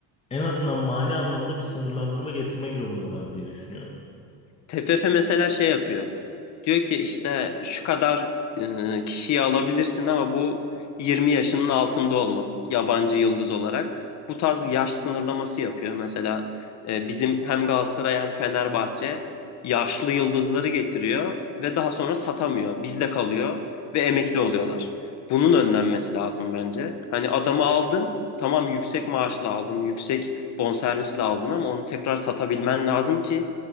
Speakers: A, on the left (about 15°); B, on the left (about 45°).
A: en azından mali anlamda bir sınırlandırma getirmek zorundalar diye düşünüyorum.
B: TFF mesela şey yapıyor. Diyor ki işte şu kadar e, kişiyi alabilirsin ama bu 20 yaşının altında olmalı yabancı yıldız olarak. Bu tarz yaş sınırlaması yapıyor. Mesela e, bizim hem Galatasaray hem Fenerbahçe yaşlı yıldızları getiriyor ve daha sonra satamıyor. Bizde kalıyor ve emekli oluyorlar. Bunun önlenmesi lazım bence. Hani adamı aldın, tamam yüksek maaşla aldın, yüksek bonservisle aldın ama onu tekrar satabilmen lazım ki